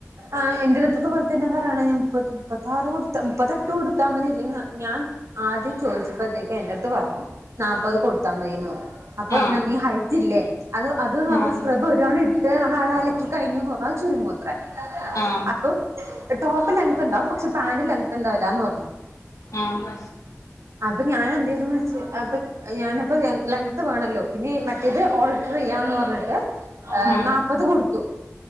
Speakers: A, on the right; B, on the left.
A: ആഹ് എന്റെ അടുത്ത് ഇതുപോല തന്നെ പറയണ് ഞാൻ മുപ്പ മുപ്പത്താറ് കൊടുത്ത മുപ്പത്തെട്ട് കൊടുത്താ മതി ഇല്ലെങ്കി ന ഞാൻ ആദ്യം ചോയിച്ചപ്പഴ്ത്തേക്കും എന്റെടുത്ത് പറഞ്ഞു നാപ്പത് കൊടുത്താൽ മതീന്ന് പറഞ്ഞു അപ്പൊ
B: ആഹ്
A: ന നീ ഹൈറ്റില്ലേ അത് അത് ന്ന് പറഞ്ഞ
B: ആഹ്
A: സ്ക്രബ് ഒരു തവണ ഇട്ട് നമ്മള് അത് അലക്കി കഴിഞ്ഞുന്ന് പറ അപ്പൊ അത് ചുരുങ്ങു അത്രേ അ
B: ആഹ്
A: അപ്പം ടോപ്പ് ലെങ്ങ്ന്ത് ഉണ്ടാവും പക്ഷെ പാന്റ് ലെങ്ങ്ന്ത് ഉണ്ടാവില്ലാന്ന് പറഞ്ഞു
B: ആഹ്
A: അപ്പം ഞാൻ എന്തെയ്തൂന്ന് വെച്ച് അപ്പം ഞാനപ്പം ലെങ് ലെങ്ന്ത് വേണല്ലോ പിന്നെ മറ്റേത് ഓൾട്ടറെയ്യാന്ന് പറഞ്ഞിട്ട്
B: ആ
A: നാപ്പത് കൊടുത്തു